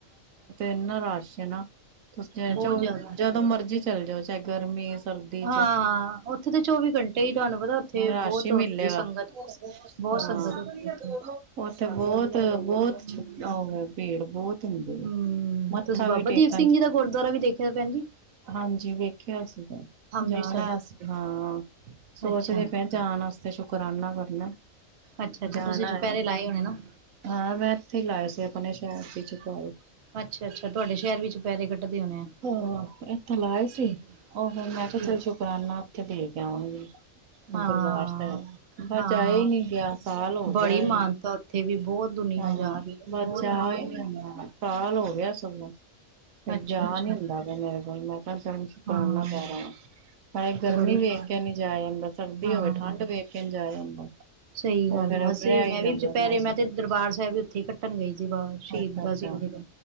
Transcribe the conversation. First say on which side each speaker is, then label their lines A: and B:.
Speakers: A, on the right; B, on the right.
A: ਇਨਾ ਰਸ਼ ਏ ਨਾ। ਤੁਸੀ ਚਲ
B: ਬਹੁਤ
A: 'ਚੋ
B: ਜ਼ਿਆਦਾ
A: ਜਦੋਂ ਮਰਜ਼ੀ- ਚੱਲ ਜਾਓ, ਚਾਹੇ ਗਰਮੀ ਸਰਦੀ
B: ਹਾਂ, ਉੱਥੇ ਤੇ ਚੌਵੀ ਘੰਟੇ ਹੀ ਤੁਹਾਨੂੰ ਪਤਾ ਉੱਥੇ
A: ਰੱਸ਼
B: ਬਹੁਤ
A: ਹੀ
B: ਹੁੰਦੀ
A: ਮਿਲੇਗਾ,
B: ਹੈ ਸੰਗਤ
A: ਹਾਂ
B: ਬਹੁਤ ਸੰਗਤ
A: ।
B: ਹੁੰਦੀ ਉੱਥੇ
A: ਉੱਥੇ ਬਹੁਤ-ਬਹੁਤ
B: ਹਮ
A: <unintelligible> ਏਡ ਬਹੁਤ ਦਿੰਦੇ
B: ਹਮ
A: ਆ, ਮੱਥਾ
B: ਤੁਸੀਂ ਬਾਬਾ
A: ਵੀ ਟੇਕਣ
B: ਦੀਪ ਸਿੰਘ
A: ਚ,
B: ਜੀ ਦਾ ਗੁਰਦੁਆਰਾ ਵੀ ਦੇਖਿਆ ਭੈਣ ਜੀ
A: ਹਾਂਜੀ ਵੇਖਿਆ ਸੀ ਤੇ,
B: ਅੰਮ੍ਰਿਤਸਰ
A: ਜਾਣਾ ਅਸੀ, ਹਾਂ ਸੋਚਦੇ
B: ਅੱਛਾ
A: ਪਏ ਜਾਣ ਵਾਸਤੇ ਸ਼ੁਕਰਾਂਨਾ ਕਰਨਾ
B: ਅੱਛਾ ਅੱਛਾ
A: ਜਾਣਾ
B: ਤੁਸੀਂ ਚੁਪਹਿਰੇ
A: ਹੈ,
B: ਲਾਏ ਹੋਣੇ ਨਾ
A: ਹਾਂ ਮੈਂ ਇੱਥੇ ਲਾਏ ਸੀ ਆਪਣੇ ਸ਼ਹਿਰ ਚ ਦੁਪਹਿਰੇ।
B: ਅੱਛਾ ਅੱਛਾ ਤੁਹਾਡੇ ਸ਼ਹਿਰ ਵਿੱਚ ਚੁਪਹਿਰੇ ਕੱਢਦੇ ਹੋਣੇ ਆ
A: ਹਾਂ, ਇਥੇ ਲਾਏ
B: ਠੀਕ
A: ਸੀ, ਉਹ ਫਿਰ ਮੈਂ ਕਿਹਾ
B: ਠੀਕ
A: ਚੱਲ ਸ਼ੁਕਰਾਨਾ ਉੱਥੇ ਦੇ ਕੇ ਆਵਾਂਗੇ। <unintelligible> ਹਾਂਜੀ
B: ਹਾਂ,
A: ਦਰਬਾਰ ਸਾਹਿਬ, ਬਸ
B: ਹਾਂ।
A: ਜਾਇਆ ਹੀ ਨੀ ਗਿਆ, ਸਾਲ ਹੋ
B: ਬੜੀ
A: ਗਿਆ ਏ
B: ਮਾਨਤਾ
A: ।
B: ਉੱਥੇ ਵੀ ਬਹੁਤ ਦੁਨੀਆਂ
A: ਹਾਂ
B: ਜਾ ਰਹੀ ਹੈ
A: ਬਸ
B: ਬਹੁਤ
A: ਜਾ
B: ਮਾਨਤਾ।
A: ਹੀ ਨਹੀਂ ਹੁੰਦਾ । ਸਾਲ ਹੋ ਗਿਆ ਸੁੰਨਾ। ਇੱਕ
B: ਅੱਛਾ,
A: ਜਾ
B: ਅੱਛਾ
A: ਨੀ ਹੁੰਦਾ ਬਈ ਮੇਰੇ <unintelligible> ਚਲੌ ਸ਼ੁਕਰਾਨਾ
B: ਹਾਂ
A: ਕਰ ਆਵਾਂ । ਹਾਏ ਗਰਮੀ
B: ਬੜੀ ਮਾਨ
A: ਵੇਖ ਕੇ ਨਹੀਂ ਜਾਇਆ ਜਾਂਦਾ, ਸਰਦੀ
B: ਹਾਂ।
A: ਹੋਵੇ ਠੰਡ ਵੇਖ ਕੇ ਨਹੀਂ ਜਾਇਆ ਜਾਂਦਾ।
B: ਸਹੀ
A: ਉਹ
B: ਗੱਲ
A: ਫੇਰ
B: ਆ, ਅਸੀਂ,
A: ਰਹਿ ਹੀ
B: ਮੈਂ
A: ਜਾਂਦਾ
B: ਵੀ ਚੁੱਪ, ਮੈਂ
A: ਮੌਸਮ
B: ਤੇ ਮੈਂ ਵੀ ਉੱਥੇ ਹੀ ਕੱਟਣ ਗਈ ਸੀ, ਬਾਬਾ ਸ਼ਹੀਦਾਂ
A: ਅੱਛਾ ਅੱਛਾ।
B: ਸਿੰਘ ਜੀ ਦੇ,